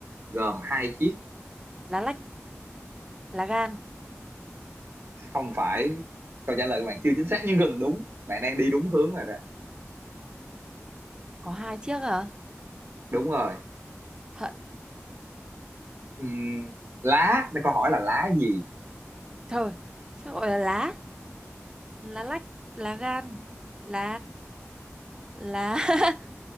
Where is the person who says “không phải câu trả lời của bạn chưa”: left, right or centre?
Right